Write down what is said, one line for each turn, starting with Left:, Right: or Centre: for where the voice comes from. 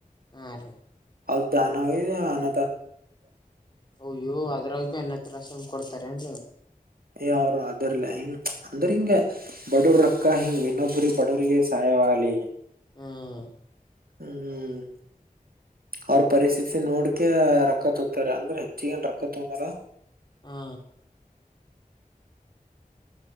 Left: ಹಾರೀ
Right: ಅದ ದಾನ ಹಾನ
Left: ಅಯ್ಯೋ ಅದ್ರಾಗ ಭ ಎನ್ನತ್ರ ರಾಶ ಕೊಡ್ತಾರೆ ಅನ್
Right: ಯ ಅವರು ಅದರ್ಲ ಹಿಂಗ ಅಂದ್ರ ಹಿಂಗ ಬಡವ್ರಕ್ಕ ಹಿಂಗ್ ಇನ್ನೊಬ್ರ ಬಡವ್ರಿಗೆ ಸಾಯ ವಿ <unintelligible>
Left: ಹ್ಮ್ಮ್
Right: ಹ್ಮ್ ಅವ್ರ ಪರಿಸ್ಥಿತಿ ನೋಡ್ಕೆ ರೊಕ್ಕ ತೋತ್ತಾರೆ ಅಂದ್ರ ಹೆಚ್ಚಿಗೆನ್ ರೊಕ್ಕ ತೋಮಲ.
Left: ಹಾ